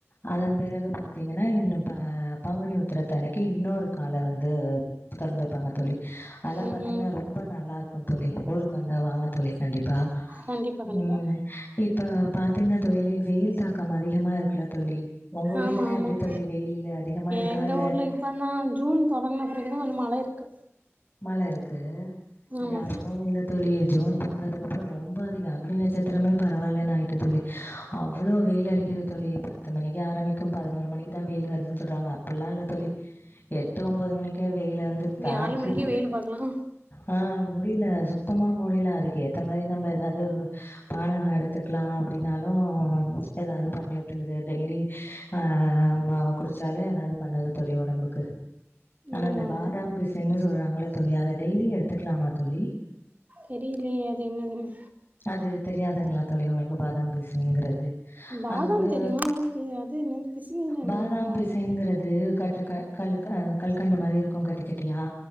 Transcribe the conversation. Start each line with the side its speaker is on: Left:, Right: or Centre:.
Left: அதன் பிறகு பாத்திங்கனா இன்னு ப பங்குனி உத்தரத்தன்னைக்கு இன்னொரு கால வந்து தொறந்து வெப்பாங்க தோழி அதலாம்
Right: ம்
Left: பாத்திங்னா
Right: ம்
Left: ரொம்ப நல்லா ஊருக்கு வந்தா வாங்க தோழி கண்டிப் பா
Right: கண்டிப்பா கண்டிப்பா
Left: ம் இப்ப பாத்திங்னா தோழி வெயில் தாக்கம் அதிகமா இருக்குல தோழி ஒங்க ஊர்லலெல்லா
Right: ஆமா ஆமா
Left: எப்டி தோழி வெயில் அதிகமா இருக்கா
Right: எங்க
Left: இல்ல
Right: ஊர்ல இப்பந்தான் ஜூன் தொடங்குன பிறகுதான் கொஞ்சம் மழ இருக்கு
Left: மழ இருக்கு இங்க
Right: ஆமா
Left: அதுவுமில்ல தோழி ஜூன் பொறந்ததுக்கப்பறொ ரொம் ப அதிக அக்னிநட்சத்திரமே பரவாலன் ஆயிட்டு தோழி அவ்ளோ வெயில் அடிக்கிது தோழி பத்து மணிக்கு ஆரமிக்கு பதினோரு மணிக்கி தா வெயில் வருதுன் சொல் டோங்க புல்லா இல்ல தோழி எட்டு ஒம்போது மணிக்கே வெயிலு வந்து
Right: இங்க
Left: தாது
Right: ஆறு மணிக்கே வெயில் பாக்கலாம்
Left: ஆ முடில சுத்தமா முடில அதுக்கு ஏத்த மாரி நம்ப எதாது பானஹொ எடுத்துக்லா அப்டினாலு எதாது பண்ணி உட்டுடுது டெய்லி ஆ ம குடுச்சாலு எதாது பண்ணுது தோ டம்புக்கு ஆனா
Right: ஆமா
Left: இந்த பாதாம்
Right: ஆமா
Left: பிஸ் சொல்றாங்கல்ல தோழி அத டெய்லி எடுத்துக்லாமா தோழி
Right: தெரியலையே அது என்னதுன்னு
Left: அது தெரியாதுங்ளா தோழி ஒங்களுக்கு பாதாம் பிஸ்னுங்குறது
Right: பாதாம்
Left: அது வந்து
Right: தெரியும் அது அது என்னது பிசினினா என்னன்னு
Left: பாதாம்
Right: தெரியல
Left: பிசின்ங்குறது க கலு க கல்கண்டு மாரி இருக்கு கட்டி கட் டியா